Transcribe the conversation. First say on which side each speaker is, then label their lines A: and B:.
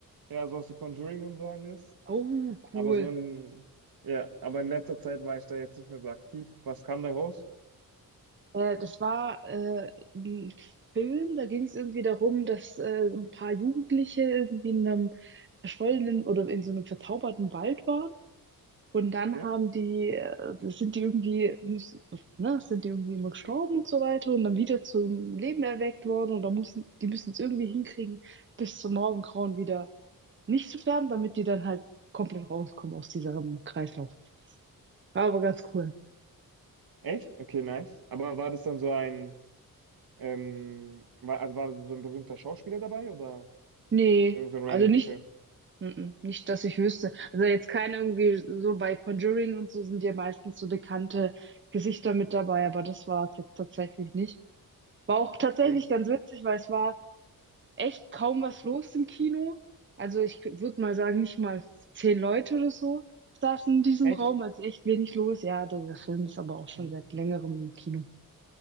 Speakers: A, on the right; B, on the right.
A: Ja, so aus The Conjuring und so alles.
B: Oh, cool.
A: Aber so in, ja, aber in letzter Zeit war ich da jetzt nicht mehr so aktiv. Was kam da raus?
B: Äh, das war äh, ein Film, da ging es irgendwie darum, dass äh, ein paar Jugendliche irgendwie in einem verschollenen oder in so einem verzauberten Wald waren. Und dann
A: Ja?
B: haben die, äh, sind die irgendwie, ne, sind die irgendwie immer gestorben und so weiter und dann wieder zum Leben erweckt worden. Und da müssen, die müssen es irgendwie hinkriegen, bis zum Morgengrauen wieder nicht zu sterben, damit die dann halt komplett rauskommen aus diesem Kreislauf. War aber ganz cool.
A: Echt? Okay, nice. Aber war das dann so ein, ähm, war, also war so ein berühmter Schauspieler dabei oder
B: Nee,
A: irgend so ein random
B: also nicht.
A: Film?
B: Mhm. Nicht, dass ich wüsste. Also jetzt keine irgendwie, so bei Conjuring und so sind ja meistens so bekannte Gesichter mit dabei, aber das war es jetzt tatsächlich nicht. War auch tatsächlich
A: Okay.
B: ganz witzig, weil es war echt kaum was los im Kino. Also ich würde mal sagen, nicht mal zehn Leute oder so saßen in diesem
A: Echt?
B: Raum, also echt wenig los. Ja, der, der Film ist aber auch schon
A: Mhm.
B: seit längerem im Kino.